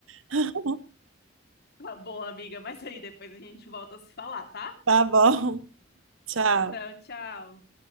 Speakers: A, on the right; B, on the left.
A: <laughs>
B: Tá bom, amiga, mas aí depois a gente volta a se falar, tá?
A: Tá bom, tchau.
B: Então, tchau.